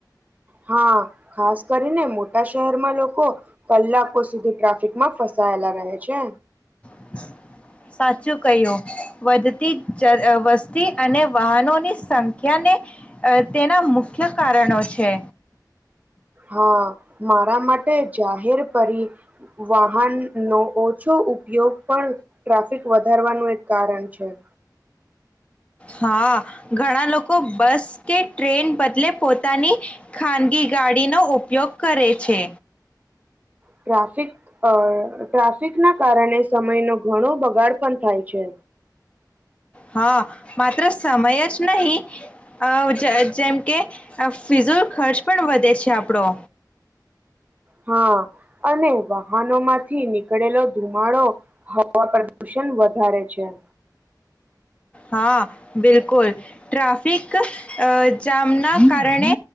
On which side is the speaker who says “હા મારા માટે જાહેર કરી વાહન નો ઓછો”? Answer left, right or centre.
Right